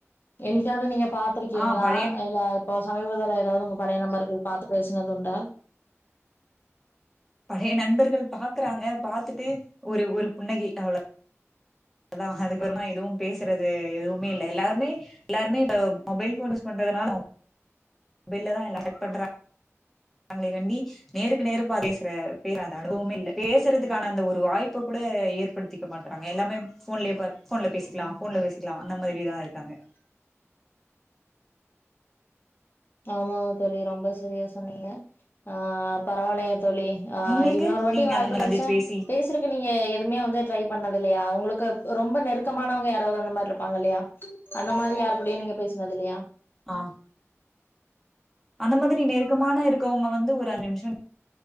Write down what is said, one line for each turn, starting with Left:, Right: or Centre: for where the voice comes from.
Left: என்னிக்காவது நீங்க பாத்திருக்கிங்ளா
Centre: ஆ பழைய
Left: இல்ல இப்போ சமீபத்துல எதாவது உங்க பழைய நண்பர்கள் பாத்து பேசுனதுண்டா
Centre: பழைய நண்பர்கள் பாக்கறாங்க பாத்துட்டு ஒரு ஒரு புன்னகை அவ்ள தா அதுக்கப்பறமா எதுவு பேசறது எதுவுமே இல்ல எல்லாருமே எல்லாருமே இப்ப மொபைல் ஃபோன் யூஸ் பண்றதுனால மொபைல்லதா எல்லா சேட் பண்றாங்களண்டி நேருக்கு நேரு பாத்து பேசுற பேசுற அந்த அனுபவமில்ல பேசறதுக்கான அந்த ஒரு வாய்ப்ப கூட ஏற்படுத்தி க்க மாட்றாங்க எல்லாமே ஃபோன்லயே ப ஃபோன்ல பேசிக்லா ஃபோன்ல பேசிக்லா அந்த மாதிரிதா இருக்காங்க
Left: ஆமாங்க தோழி ரொம்ப சரியா சொன்னிங்க ஆ பரவாலையா தோழி ஆ
Centre: உங்களுக்கு
Left: இன்னொரு வாட்டி
Centre: நீங்க
Left: வாய்ப்பு
Centre: அந்த மாரி
Left: கடச்சா
Centre: சந்திச்சு பேசி
Left: பேசுரக்கு நீங்க எதுமே ட்ரை பண்ணது இல்லயா உங்ளுக்கு ரொம்ப நெருக்கமானவங்க யாராவ்து அந்த மார்ருப்பாங்க இல்லயா அந்த மாரி யார்கூடையு நீங்க பேஸ்னது இல்லயா
Centre: அ அந்த மாதுரி நெருக்கமான இருக்கவுங்க வந்து ஒரு அஞ்சு நிம்ஷ